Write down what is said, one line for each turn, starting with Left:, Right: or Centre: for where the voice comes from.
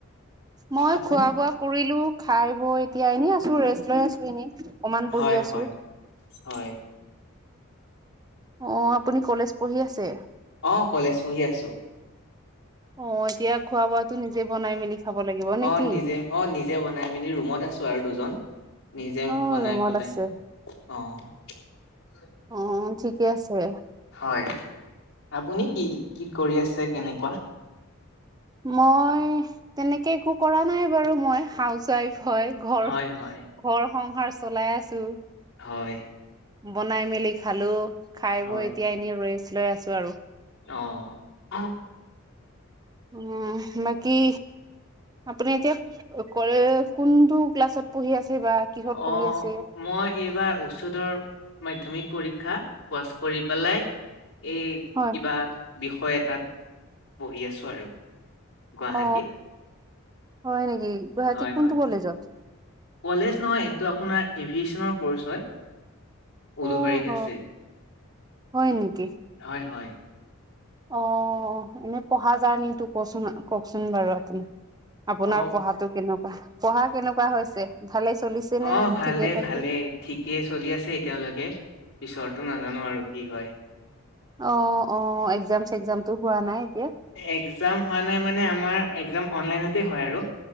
Right: মই
Left: আপুনি
Right: খোৱা বোৱা কৰিলো খাই বৈ এতিয়া এনেই আছো ৰেষ্ট লৈ আছো এনে অকমান বহি
Left: হয়
Right: আছো
Left: হয় হয়।
Right: অ আপুনি কলেজ পঢ়ি আছে।
Left: অ কলেজ পঢ়ি আছোঁ।
Right: অ এতিয়া খোৱা বোৱাটো নিজে বনাই মেলি। খাব লাগিব নে
Left: অ
Right: কি
Left: নিজে অ নিজে বনাই মেলি ৰুমত আছো আৰু দুজন নিজে
Right: অ
Left: বনাই
Right: ৰুমত
Left: পেলাই।
Right: আছে
Left: আহ।
Right: অ ঠিকে আছে।
Left: হয় আপুনি কি কি কৰি আছে কেনেকুৱা।
Right: মই তেনেকে একো কৰা নাই বাৰু মই হাউচ ৱাইফ হয় ঘৰ।
Left: হয় হয়
Right: ঘৰ সংসাৰ চলাই আছো।
Left: হয়।
Right: বনাই মেলি খালো খাই
Left: হয়
Right: বৈ এতিয়া এনে ৰৈ লৈ আছো আৰু।
Left: অ।
Right: উম বাকি। আপুনি এতিয়া কলৈ কোনটো ক্লাছত পঢ়ি আছে বা। কিহত
Left: অ
Right: পঢ়ি আছে
Left: মই এইবাৰ উচ্চতৰ মাধ্যমিক পৰীক্ষা পোৱাছ। কৰি পেলাই এই কিবা
Right: হয়
Left: বিষয় তাত পঢ়ি আছো আৰু। গুৱাহাটীত
Right: অ হয় নেকি। গুৱাহাটী
Left: হয়
Right: কোনটো
Left: হয়
Right: কলেজত
Left: কলেজ নহয় এইটো আপোনাৰ এভিয়েচনৰ কৰ্চ হয়। উলুবাৰীত
Right: অ হ
Left: আছে
Right: হয় নেকি
Left: হয় হয়।
Right: অ এনেই পঢ়া জাৰ্নি টো কচোন কওকচোন বাৰু। আপোনাৰ
Left: অ',
Right: পঢ়াতো কেনেকুৱা পঢ়া কেনেকুৱা হৈছে ভালেই চলিছে। নে
Left: অ ভালেই
Right: ঠিকে থাকে
Left: ভালেই। ঠিকেই চলি আছে এতিয়ালৈকে পিছৰটো নাজানো আৰু কি হয়
Right: অ অ এক্জাম চেগ্জাম তো হোৱা নাই এতিয়া।
Left: এক্জাম হোৱা নাই মানে আমাৰ এক্জাম অনলাইনতে হয় আৰু।